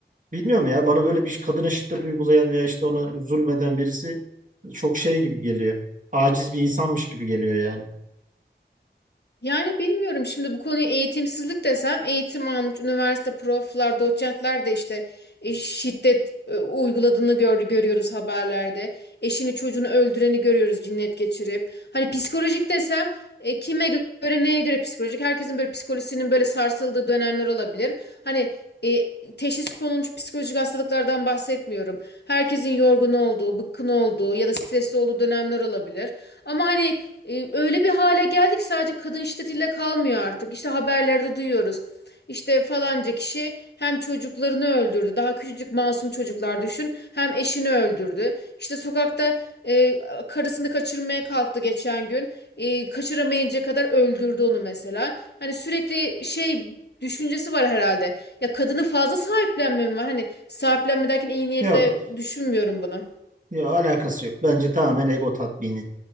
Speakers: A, on the right; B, on the left.
A: Bilmiyorum ya bana böyle bir kadına şiddet uygulayan veya işte ona zulmeden birisi çok şey gibi geliyor. Aciz bir insanmış gibi geliyor yani.
B: Yani bilmiyorum şimdi bu konuyu eğitimsizlik desem eğitim almış üniversite proflar, doçentler de işte e, şiddet e, uyguladığını gör, görüyoruz haberlerde. Eşini çocuğunu öldüreni görüyoruz cinnet geçirip. Hani psikolojik desem e, kime göre neye göre psikolojik? Herkesin böyle psikolojisinin böyle sarsıldığı dönemler olabilir. Hani e, teşhis konulmuş psikolojik hastalıklardan bahsetmiyorum. Herkesin yorgun olduğu, bıkkın olduğu ya da stresli olduğu dönemler olabilir. Ama hani e, öyle bir hale geldik sadece kadın şiddetiyle kalmıyor artık. İşte haberlerde duyuyoruz. İşte falanca kişi hem çocuklarını öldürdü. Daha küçücük masum çocuklar düşün. Hem eşini öldürdü. İşte sokakta e, karısını kaçırmaya kalktı geçen gün. E, kaçıramayınca kadar öldürdü onu mesela. Hani sürekli şey düşüncesi var herhalde. Ya kadını fazla sahiplenme mi var? Hani sahiplenme derken iyi niyetle
A: Yok
B: düşünmüyorum bunu.
A: Yok alakası yok. Bence tamamen ego tatmini.